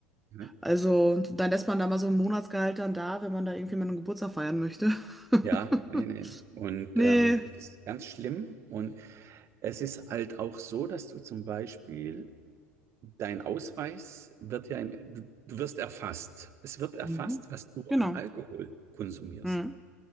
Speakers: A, on the right; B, in the centre.
A: Ne?
B: Also, und dann lässt man da mal so ein Monatsgehalt dann da, wenn man da irgendwie mal einen Geburtstag feiern möchte.
A: Ja,
B: <laughs>
A: nee, nee. Und
B: Nee.
A: ähm, das ist ganz schlimm. Und es ist halt auch so, dass du zum Beispiel dein Ausweis wird ja, im, du, du wirst erfasst. Es wird erfasst,
B: Mhm.
A: was du
B: Genau.
A: an Alkohol konsumierst.
B: Mhm.